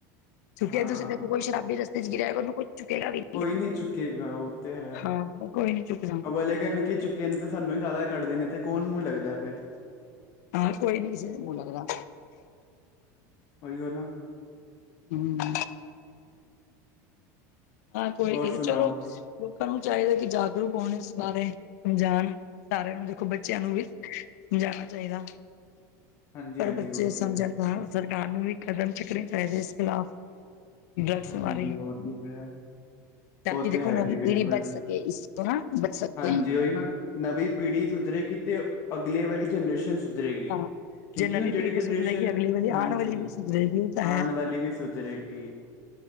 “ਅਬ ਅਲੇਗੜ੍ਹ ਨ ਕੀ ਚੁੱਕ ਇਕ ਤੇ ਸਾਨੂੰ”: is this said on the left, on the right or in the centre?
Left